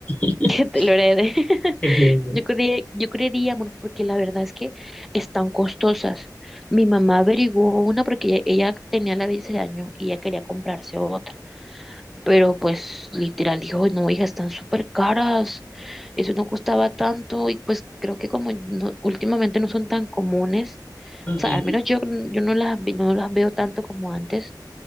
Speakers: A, on the left (about 20°); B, in the centre.
A: <laughs>
B: <laughs> que te lo herede. <laughs>
A: Sí, sí, sí.
B: Yo creería, yo creería, amor, porque la verdad es que están costosas. Mi mamá averiguó una porque ella, ella tenía la de ese año y ella quería comprarse otra. Pero pues literal dijo, no, hija, están súper caras, eso no costaba tanto y pues creo que como no- últimamente no son tan comunes,
A: Ujú.
B: o sea, al menos yo, yo no las, vi- no las veo tanto como antes,